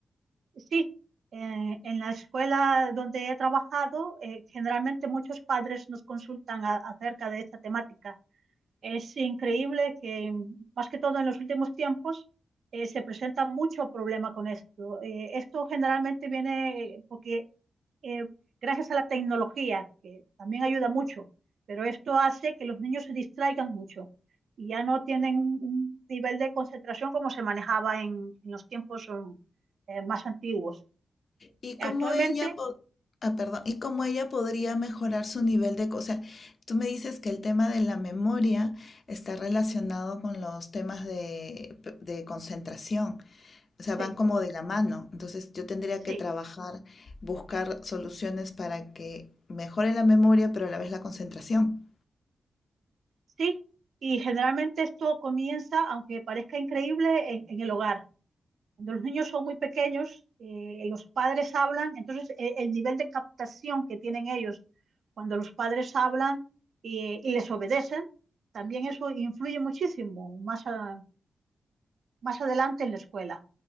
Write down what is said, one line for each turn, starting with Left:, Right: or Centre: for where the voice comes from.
Right: Sí, eh, en la escuela donde he trabajado, eh, generalmente muchos padres nos consultan a- acerca de esta temática. Es increíble que, mm, más que todo en los últimos tiempos, eh, se presenta mucho problema con esto. Eh, esto generalmente viene eh, porque eh, gracias a la tecnología, que también ayuda mucho, pero esto hace que los niños se distraigan mucho y ya no tienen un, un nivel de concentración como se manejaba en, en los tiempos um, eh, más antiguos.
Left: ¿Y
Right: Actualmente,
Left: cómo ella, po- ah, perdón, y cómo ella podría mejorar su nivel de... co- O sea, tú me dices que el tema de la memoria está relacionado con los temas de, de concentración. O sea,
Right: sí,
Left: van como de la mano. Entonces yo tendría
Right: sí,
Left: que trabajar, buscar soluciones para que mejore la memoria, pero a la vez la concentración.
Right: sí, y generalmente esto comienza, aunque parezca increíble, en, en el hogar. Cuando los niños son muy pequeños, eh, los padres hablan, entonces eh, el nivel de captación que tienen ellos cuando los padres hablan eh, y les obedecen, también eso influye muchísimo más, a- más adelante en la escuela.